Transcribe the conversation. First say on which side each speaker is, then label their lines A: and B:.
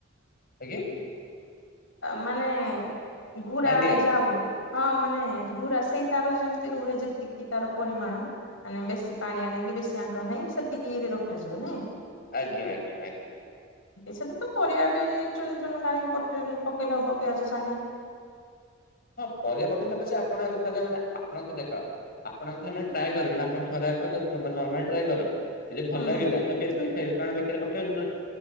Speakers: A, on the left; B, on the left.
A: ଆଜ୍ଞା।
B: ମାନେ ଘୋରା
A: ମାଣ୍ଡିଆ
B: ଯାଉ। ହଁ ମାନେ ଘୁରା ସେଇ ତାର ଯେମିତି ରୁହେ ଯେତିକି ତାର ପରିମାଣ। ମାନେ ବେଶୀ ପାଣିଆ ନାହିଁ କି ବେଶୀ ଆଣ୍ଟୁଆ ନାହିଁ ସେତିକିରେ ରଖାଯିବ ନାଇଁ।
A: ଆଜ୍ଞା ଆଜ୍ଞା ଆଜ୍ଞା।
B: ସେ ତ ପରିବାପାଇଁଚୁନ୍ ଚୁନ୍ କରିକି କାଟିକି ପକେଇଲେ ହବ ପିଆଜ ସାଙ୍ଗେ।
A: ହଁ ପରିବା ପକେଇନେ ହବଯେ ଆପଣ ଆଗ ଥରେ ମାନେ ଆପଣ ଦେଖ ଆପଣ ଆଉଥରେ ଟ୍ରାଏ କରିବେନି ଆପଣ ଥରେ ଆଗ ତାକୁ ନର୍ମାଲି ଟ୍ରାଏ କର ଯଦି ଭଲ
B: ହୁଁ
A: ଲାଗିଲା ତ ପଜେ ମିଲ୍କ ଖାଇବେ କାରଣ ବେକରେ ପକେଇବେ।